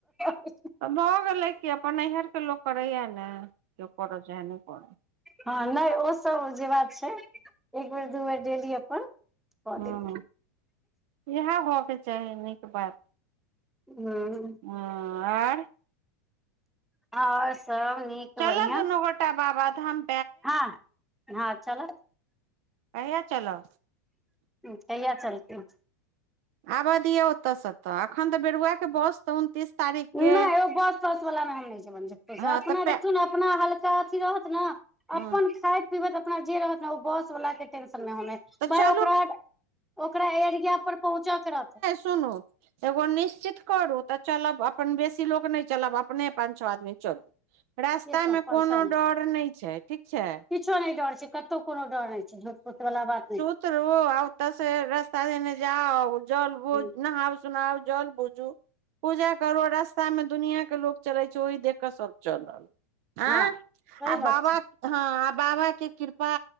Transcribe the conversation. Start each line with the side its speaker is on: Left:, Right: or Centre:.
Centre: <unintelligible>
Right: तऽ भऽ गेलै कि अपन नैहरके लोक करैया ने केओ करै चाहे नै करै
Centre: हँ नहि ओ सब जे बात छै एक बेर दू बेर डेली अपन कऽ
Right: हूँ
Centre: देली
Right: इएह होयके चाही नीक बात
Centre: हू <unintelligible>
Right: हँ आर
Centre: आओर सब नीक
Right: चलऽ
Centre: बढ़िआँ
Right: दुनू गोटा बाबाधाम
Centre: हँ हँ चलो
Right: कहिआ चलब
Centre: कहिया चलतै
Right: आबे दिअ ओतए सँतऽ एखन तऽ बेरुआके बस उन्नतीस तारीख के
Centre: नहि एगो बस तस वाला मे छै
Right: हँ
Centre: अपना
Right: तऽ पै
Centre: देखु ने अपना हल्का अथी रहत ने
Right: हँ
Centre: अपन खइत अपना जे रहत ने ओ बस वाला के टेंशन मे होन '
Right: तऽ
Centre: भाय
Right: चलू
Centre: ओकरा ओकरा एरिया पर पहुँचे के रहतह
Right: सुनो एगो निश्चित करू तऽ चलब अपन बेसी लोक नहि चलब अपने पााँच छओ आदमी चलू रास्ता
Centre: से सब
Right: मे
Centre: पहचान
Right: कोनो डर नहि छै ठीक छै
Centre: किछो नहि डर छै कतौ कोनो डर ह छै झूठ पूठ वला बात नहि छै
Right: रहु आतऽ से रस्ता दने जाउ जल
Centre: छै
Right: बुझ नहाउ सुनाउ जल बुझ पूजा करू रास्तामे दुनियाँके लोक चलै छै ओही देख कऽ सभ चलल आ
Centre: हँ सही बात
Right: बाबा
Centre: छै
Right: हँ आ बाबा के कृपा